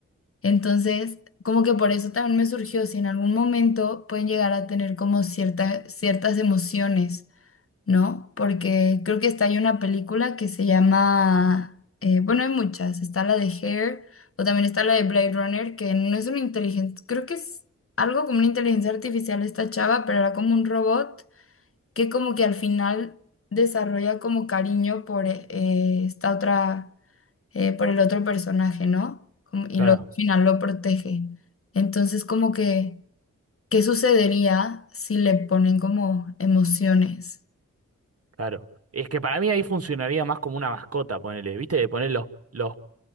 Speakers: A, on the left; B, on the right.
A: Entonces, como que por eso también me surgió si en algún momento pueden llegar a tener como cierta- ciertas emociones, ¿no? Porque creo que está ahí una película que se llama, eh, bueno, hay muchas, está la de Hair o también está la de Blade Runner, que no es una inteligencia, creo que es algo como una inteligencia artificial esta chava, pero era como un robot que como que al final desarrolla como cariño por eh, esta otra eh, por el otro personaje, ¿no? Como- y
B: claro,
A: luego al final lo protege. Entonces, como que, ¿qué sucedería si le ponen como emociones?
B: claro. Es que para mí ahí funcionaría más como una mascota, ponele, ¿viste? De poner los, los,